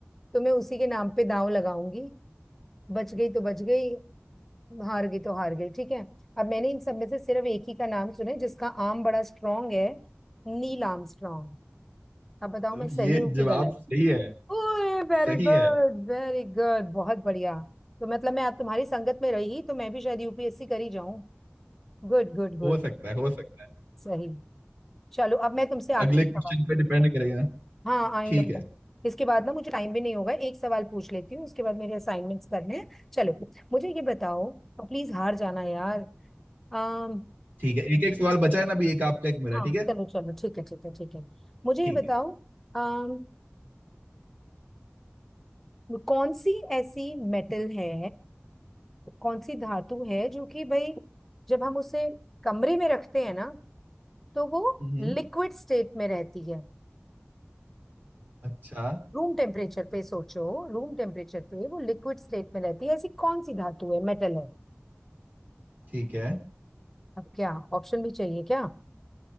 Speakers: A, in the centre; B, on the right.
A: तो मैं उसी के नाम पे दांव लगाऊंगी बच गई तो बच गई हार गई तो हार गई ठीक है अब मैंने इन सब में से सिर्फ एक ही का नाम सुना है जिसका आर्म बड़ा स्ट्रांग है नील आर्मस्ट्रांग अब बताओ
B: अब
A: मैं सही
B: ये
A: हूँ कि
B: जवाब
A: गलत
B: सही है
A: ओए वेरी
B: सही
A: गुड
B: है
A: वेरी गुड बहुत बढ़िया तो मतलब मैं अब तुम्हारी संगत में रही तो मैं भी शायद यूपीएससी कर ही जाऊं Good good good
B: हो सकता है हो सकता है
A: सही चलो अब मैं तुमसे
B: अगले
A: आखिरी
B: क्वेश्चन
A: सवाल
B: पे डिपेंड करेगा
A: हाँ आई
B: ठीक
A: नो
B: है
A: इसके बाद ना मुझे टाइम भी नहीं होगा एक सवाल पूछ लेती हूँ उसके बाद मेरे असाइनमेंट्स करने हैं चलो मुझे ये बताओ प्लीज हार जाना यार अम
B: ठीक है एक एक सवाल बचा है ना अभी एक आपका एक मेरा
A: हाँ
B: ठीक है
A: चलो चलो ठीक है ठीक है ठीक है मुझे
B: ठीक
A: ये बताओ
B: है
A: अम कौन सी ऐसी मेटल है कौन सी धातु है जो कि भाई जब हम उसे कमरे में रखते हैं ना तो वो
B: हम्म
A: लिक्विड स्टेट में रहती है
B: अच्छा
A: रूम टेम्परेचर पे सोचो रूम टेम्परेचर पे वो लिक्विड स्टेट में रहती है ऐसी कौन सी धातु है मेटल है
B: ठीक है
A: अब क्या ऑप्शन भी चाहिए क्या